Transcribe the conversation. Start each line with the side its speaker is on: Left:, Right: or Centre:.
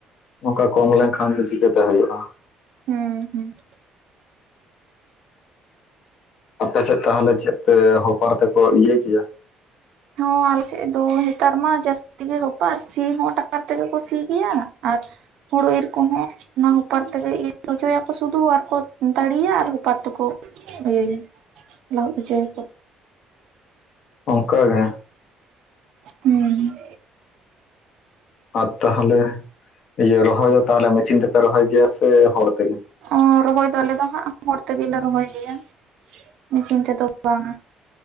Left: ᱱᱚᱝᱠᱟ ᱠᱚᱢ ᱞᱮᱱᱠᱷᱟᱱ ᱫᱚ ᱪᱤᱠᱟᱹ ᱛᱮ ᱦᱩᱭᱩᱜᱼᱟ?
Right: ᱦᱩᱸ ᱦᱩᱸ
Left: ᱟᱯᱮ ᱥᱮᱫ ᱛᱟᱦᱟᱞᱮ ᱪᱮᱫ ᱛᱮ ᱦᱚᱯᱟᱨ ᱛᱮᱠᱚ ᱤᱭᱟᱹᱭ ᱜᱮᱭᱟ?
Right: ᱦᱚᱸ ᱟᱞᱮ ᱥᱮᱫ ᱫᱚ ᱦᱮᱛᱟᱨ ᱢᱟ ᱡᱟᱹᱥᱛᱤ ᱜᱮ ᱦᱚᱯᱟᱨ ᱥᱤ ᱦᱚᱸ ᱴᱟᱠᱴᱟᱨ ᱛᱮᱜᱮ ᱠᱚ ᱥᱤ ᱜᱮᱭᱟ, ᱟᱨ ᱦᱩᱲᱩ ᱤᱨ ᱠᱚ ᱦᱚᱸ᱾ ᱚᱱᱟ ᱦᱚᱯᱟᱨ ᱛᱮᱜᱮ ᱤᱨ ᱚᱪᱚᱭᱟᱠᱚ ᱥᱩᱫᱷᱩ ᱟᱨᱠᱚ ᱫᱟᱲᱤᱭᱟ ᱟᱨ ᱦᱚᱯᱟᱨ ᱛᱮᱠᱚ ᱤᱭᱟᱹᱭᱟ ᱞᱟᱦᱩᱜ ᱚᱪᱚᱭᱟᱠᱚ᱾
Left: ᱚᱝᱠᱟ ᱜᱮ᱾
Right: ᱦᱩᱸ
Left: ᱟᱨ ᱛᱟᱦᱟᱞᱮ ᱤᱭᱟᱹ ᱨᱚᱦᱚᱭ ᱫᱚ ᱛᱟᱦᱟᱞᱮ ᱢᱮᱥᱤᱱ ᱛᱮᱯᱮ ᱨᱚᱦᱚᱭ ᱜᱮᱭᱟ ᱥᱮ ᱦᱚᱲ ᱛᱮᱜᱮ?
Right: ᱚᱸ ᱨᱚᱦᱚᱭ ᱫᱚ ᱟᱞᱮ ᱫᱚ ᱦᱟᱸᱜ ᱦᱚᱲ ᱛᱮᱜᱮᱞᱮ ᱨᱚᱦᱚᱭ ᱜᱮᱭᱟ᱾ ᱢᱮᱥᱤᱱ ᱛᱮᱫᱚ ᱵᱟᱝ-ᱟ,